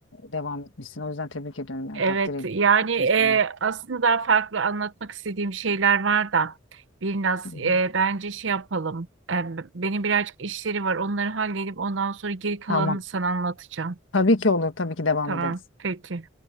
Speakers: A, on the left; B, on the right.
A: devam etmişsin. O yüzden tebrik ediyorum yani
B: Evet
A: takdir ediyorum
B: yani
A: yaptığın
B: e,
A: şeyi.
B: aslında daha farklı anlatmak istediğim şeyler var da biraz
A: Hı hı.
B: e, bence şey yapalım. E, benim birazcık işleri var onları halledip ondan sonra geri kalanını
A: Tamam.
B: sana anlatacağım.
A: Tabii ki olur. Tabii ki devam
B: Tamam
A: ederiz.
B: peki.